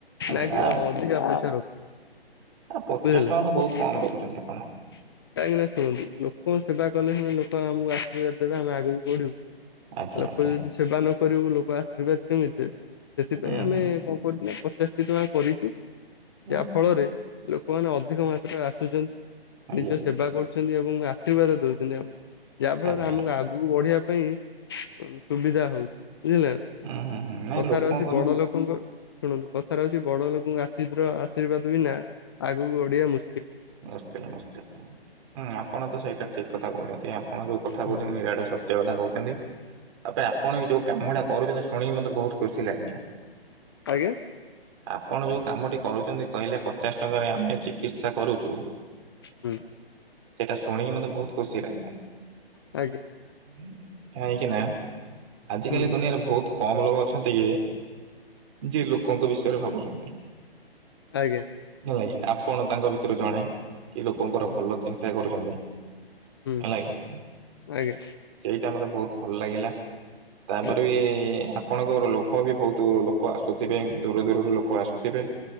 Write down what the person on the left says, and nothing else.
ନାଇଁକି
ଅଧିକା ପଇସା ରଖୁ
ବୁଝିଲେ
କାହିଁକିନା
ଶୁଣନ୍ତୁ ଗୋ ସେବା କଲେ ସିନା ଲୋକ ଆମକୁ ଆଶୀର୍ବାଦ ଦେବେ ଆମେ ଆଗକୁ ବଢିବୁ
ଲୋକ
ଯଦି ସେବା ନ ଗରିବୁ ଲୋକ ଆଶୀର୍ବାଦ କେମିତି ଦେବେ ସେଥିପାଇଁ
ଆମେ
କଣ କରିଚୁ ନା ପଚାଶଟି ଟଙ୍କା କରିଚୁ। ଯାହା
ଫଳରେ ଲୋକମାନେ ଅଧିକ ମାତ୍ରାରେ ଆସୁଚନ୍ତି
ନିଜ ସେବା କରୁ ଅଛନ୍ତି ଏବଂ ଆଶୀର୍ବାଦ ଦଉଚନ୍ତି ଆମୁକୁ ଯାହା ଫଳରେ
ଆମକୁ ଆଗୁକୁ ବଢିବା ପାଇଁ ସୁବିଧା ହଉଛି। ବୁଝିଲେନା
କଥାରେ
ଅଛି ବଡ ଲୋକଙ୍କ ଶୁଣନ୍ତୁ କଥାରେ ଅଛି ବଡ ଲୋକଙ୍କୁ ଆଶୀର୍ଦ୍ର ଆଶୀର୍ବାଦ ବିନା ଆଗକୁ ବଡିଆ ମୁ
ହୁଁ।
ଆଜ୍ଞା
ହୁଁ
ନା କି।
ହୁଁ
ଆଜ୍ଞା
ହୁଁ
ହୁଁ
ଆଜ୍ଞା
ହୁଁ